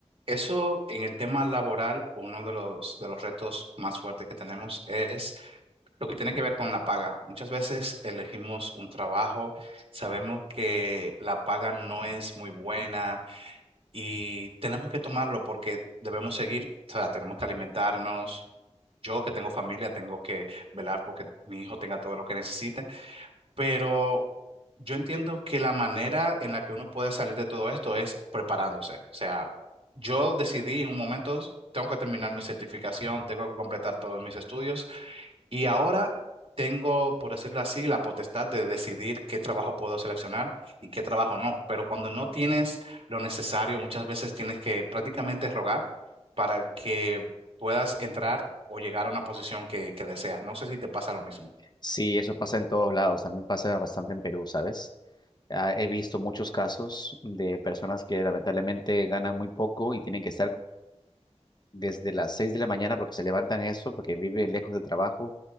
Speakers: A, on the right; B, on the left.
A: eso en el tema laboral, uno de los, de los retos más fuertes que tenemos es Lo que tiene que ver con la paga. Muchas veces elegimos un trabajo, sabemos que la paga no es muy buena y tenemos que tomarlo porque debemos seguir, o sea, tenemos que alimentarnos. Yo que tengo familia, tengo que velar porque mi hijo tenga todo lo que necesite, pero yo entiendo que la manera en la que uno puede salir de todo esto es preparándose. O sea, yo decidí en un momento, tengo que terminar mi certificación, tengo que completar todos mis estudios. Y ahora tengo, por decirlo así, la potestad de decidir qué trabajo puedo seleccionar y qué trabajo no. Pero cuando no tienes lo necesario, muchas veces tienes que prácticamente rogar para que puedas entrar o llegar a una posición que, que deseas. No sé si te pasa lo mismo.
B: Sí, eso pasa en todos lados, también pasa bastante en Perú, ¿sabes? Ah, he visto muchos casos de personas que lamentablemente ganan muy poco y tienen que estar desde las 6 de la mañana porque se levantan eso, porque viven lejos del trabajo,